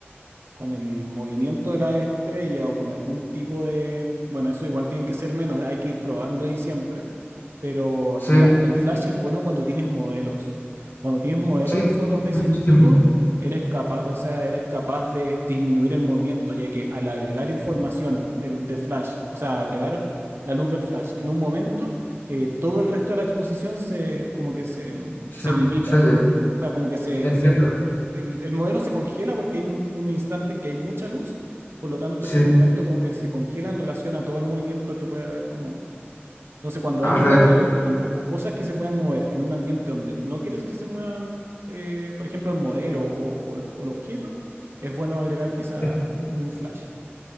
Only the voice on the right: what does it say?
con el movimiento de la estrella o con algún tipo de... Bueno, eso igual tiene que ser menos, hay que ir probando ahí siempre, pero
la- el flash es bueno cuando tienes modelos. Cuando tienes modelos
en fotos de ese
estilo, eres capaz, o sea, eres capaz de disminuir el movimiento, ya que al agregar información del- de, flash, o sea, agregar la luz del flash en un momento, eh, todo el resto de la exposición se, como que se,
se limita.
O sea, como que se,
se el, el modelo se congela porque hay un, un instante en que hay mucha luz, por lo tanto
ese momento como que se congela en relación a todo el movimiento que puede haber como... Entonces cuando
hay un modelo y, o cosas que se puedan mover en un ambiente donde no quieres que se muevan, eh, por ejemplo, el modelo o, o- o el objeto, es bueno agregar quizá
un flash.